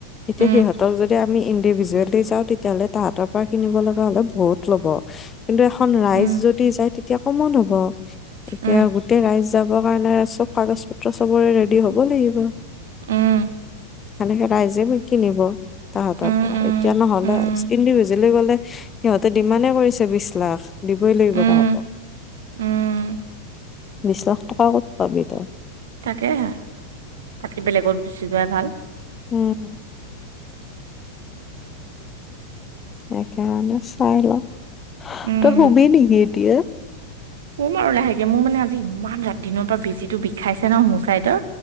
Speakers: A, on the left (about 20°); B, on the right (about 60°).
A: তেতিয়া
B: উম,
A: সিহঁতক যদি আমি ইণ্ডিভিজুৱেলি যাওঁ তেতিয়াহ'লে তাহাঁতৰ পৰা কিনিব লগা হলে বহুত ল'ব কিন্তু এখন ৰাইজ
B: উম,
A: যদি যায় তেতিয়া কমত হ'ব এতিয়া
B: উম,
A: গোটেই ৰাইজ যাবৰ কাৰণে চব কাগজ পত্ৰ চবৰে ৰেডি হ'ব লাগিব
B: উম,
A: সনেকে ৰাইজে যাব দিব তাহতৰ
B: উম, উম,
A: পৰা এতিয়া নহলে
B: উম,
A: ইন্দিবিজুৱালী গ'লে সিহ সিহতে ডিমানে কৰিছে বিছ লাখ দিবই লাগিব
B: উম,
A: ভাব
B: উম,
A: বিছ লাখ টকা ক'ত পাবি তই
B: তাকে হে তাকে বেলেগত গুচি যোৱাই ভাল
A: উম, সেইকাৰণে চাই লওঁ
B: উম,
A: তই শুবি নেকি এতিয়া?
B: শুম আৰু লাহেকে মোৰ মানে আজি ইমান ৰাতিদিনৰ পৰা বেজিটো বিষাইছে ন সো চাইদৰ